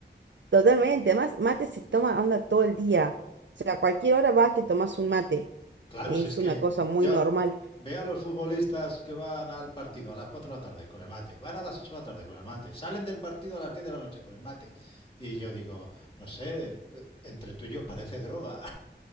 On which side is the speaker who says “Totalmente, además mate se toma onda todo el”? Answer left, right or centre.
Right